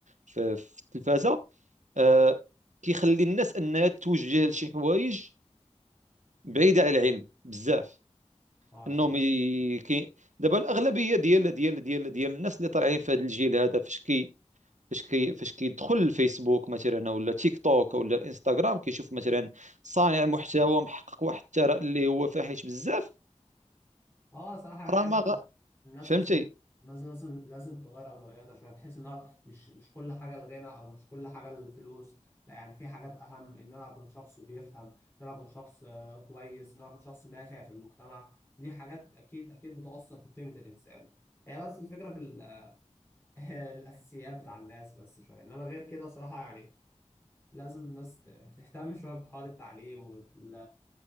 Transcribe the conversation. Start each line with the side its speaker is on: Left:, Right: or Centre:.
Right: في, في التلفازة
Left: اه
Right: آه كيخلي الناس انها توجه لشي حوايج بعيدة على العلم بزاف
Left: اه أكيد
Right: انهم ي... كي... دابا الاغلبية ديال ديال ديال ديال الناس اللي طالعين في هذا الجيل هذا فاش كي فاش كي فاش كيدخل الفيسبوك مثلا ولا تيك توك ولا الانستغرام كيشوف مثلا صانع محتوى محقق واحد الثراء اللي هو فاحش بزاف
Left: اه صراحه يعني
Right: راه
Left: يعني
Right: ما
Left: برضه
Right: غ...
Left: الناس
Right: فهمتي
Left: لازم لازم لازم لازم تغير اولوياتها شويه بحيث ان هو مش مش كل حاجه الغنى او مش كل حاجه الفلوس لا يعني في حاجات اهم ان انا اكون شخص بيفهم ان انا اكون شخص آه، كويس ان انا اكون شخص نافع في المجتمع دي حاجات اكيد اكيد بتاثر في قيمه الانسان هي بس الفكره في ال- <laughs> الاساسيات بتاع الناس بس شويه انما غير كده صراحه يعني لازم الناس ت- تهتم شويه بحوار التعليم وال